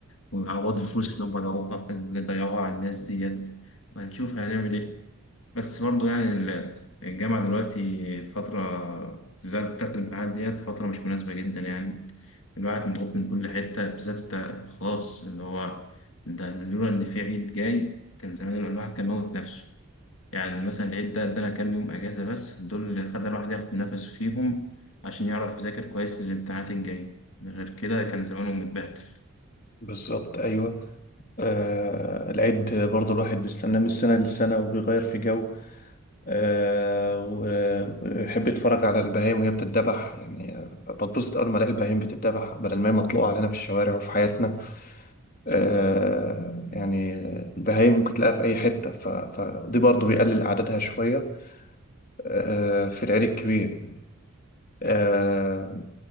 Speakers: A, on the left; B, on the left.
A: ويعوضوا الفلوس اللي هم ضيعوها اللي ضيعوها على الناس ديت وهنشوف هنعمل ايه بس برضه يعني ال- الجامعة دلوقتي الفترة بالذات بتاعت الامتحانات ديت فترة مش مناسبة جدا يعني الواحد مضغوط من كل حتة بالذات انت خلاص اللي هو ده لولا إن في عيد جاي كان زمان الواحد كان موت نفسه يعني مثلا العيد ده ادانا كام يوم أجازة بس دول اللي خلى الواحد ياخد نفسه فيهم عشان يعرف يذاكر كويس للامتحانات الجاية غير كده كان زمانه متبهدل.
B: بالظبط ايوه آه العيد برضو الواحد بيستناه من السنه للسنه وبيغير في جو آه، وبحب اتفرج على البهايم وهي بتتذبح يعني آه، بتبسط اول ما الاقي البهايم بتتذبح بدل ما هي مطلوقه علينا في الشوارع وفي حياتنا آه، يعني البهايم ممكن تلاقيها في اي حته ف- فدي برضو بيقلل اعدادها شويه آه، في العيد الكبير آه،